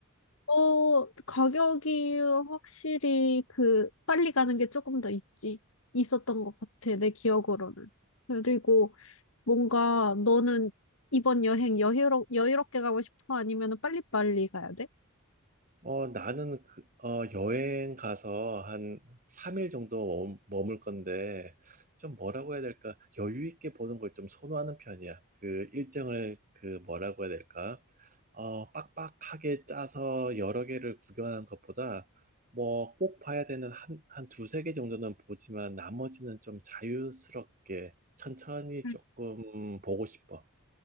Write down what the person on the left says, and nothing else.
어, 가격이 확실히 그 빨리 가는 게 조금 더 있지. 있었던 것 같아. 내 기억으로는. 그리고 뭔가 너는 이번 여행 여유롭, 여유롭게 가고 싶어? 아니면 빨리빨리 가야 돼?
음.